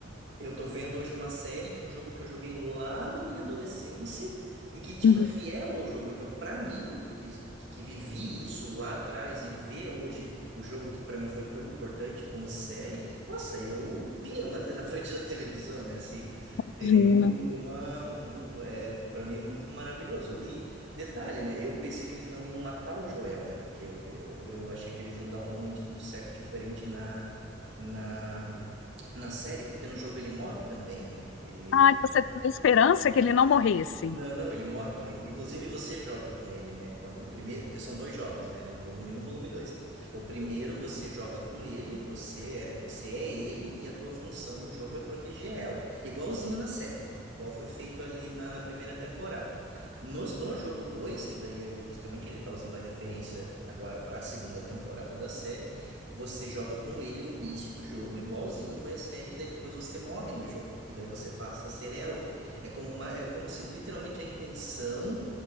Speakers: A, on the right; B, on the left.
A: eu tô vendo hoje uma série de um jogo que eu joguei lá na minha adolescência e que, tipo,
B: Uhum.
A: é fiel ao jogo. Então, pra mim, que, que, que vivi isso lá atrás e ver hoje o jogo que pra mim foi tão importante como série, nossa, eu piro na, te- na <laughs> frente da televisão, né? Assim, tenho
B: Imagina.
A: uma... Um, um- é, para mim é muito maravilhoso. E detalhe, né? Eu pensei que eles não iam matar o Joel, né? Porque eu, eu, eu achei que eles iam dar um romantismo certo diferente na... Na, na série, porque no jogo ele morre também, né? Ele,
B: Ah, então você tem a esperança que ele não morresse.
A: não, não, ele morre também. Inclusive, você joga com ele, né? Quando o primeiro, porque são dois jogos, né? O volume um, e o volume 2. O primeiro você joga com ele, você é, você é ele e a tua função no jogo é proteger ela. Igualzinho na série. Igual foi feito ali na, na primeira temporada. No, no jogo 2, que daí é justamente ele tá usando a referência agora para a segunda temporada da série, você joga com ele o início do jogo, igualzinho foi a série, e daí depois você morre no jogo. E daí você passa a ser ela. É como uma, é como se literalmente a intenção